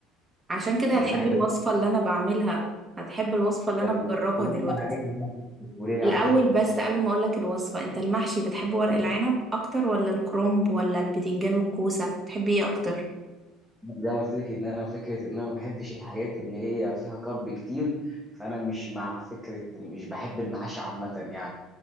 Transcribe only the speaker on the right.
عشان كده
هتحب
الوصفة
اللي انا بعملها هتحب الوصفة اللي انا
بجربها
دلوقتي
الاول
بس قبل ما اقولك الوصفة انت المحشي بتحب ورق العنب اكتر ولا الكرنب ولا البتنجان والكوسة بتحب ايه اكتر